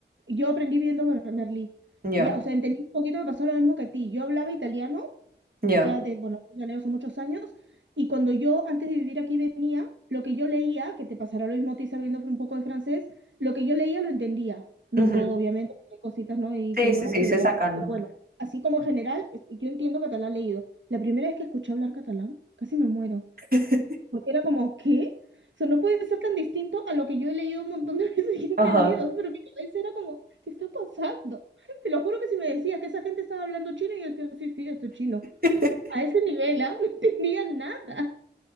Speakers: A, on the right (about 85°); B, on the right (about 55°).
A: Yo aprendí viendo Mer- Merlí.
B: Ya,
A: Ya, o sea, entendí un poquito, me pasó lo mismo que a ti. Yo hablaba italiano
B: ya.
A: ya de, bueno, ya leo hace muchos años, y cuando yo antes de vivir aquí venía, lo que yo leía, que te pasará lo mismo a ti sabiendo un poco de francés, lo que yo leía lo entendía. No
B: Ujú.
A: todo, obviamente, porque hay cositas, ¿no? Y
B: Sí,
A: que
B: sí,
A: no,
B: sí,
A: pero,
B: se sacan.
A: pero bueno, así como en general, es- yo entiendo catalán leído. La primera vez que escuché hablar catalán, casi me muero,
B: <laughs>
A: porque era como, ¿qué? O sea, no puede ser tan distinto a lo que yo he leído un montón de <laughs> veces y he entendido,
B: Ajá.
A: pero mi cabeza era como, ¿qué está pasando? <laughs> Te lo juro que si me decías que esa gente estaba hablando chino, yo decía, sí, sí, esto es chino
B: <laughs>
A: a ese nivel, ¿ah? <laughs> No tenían nada.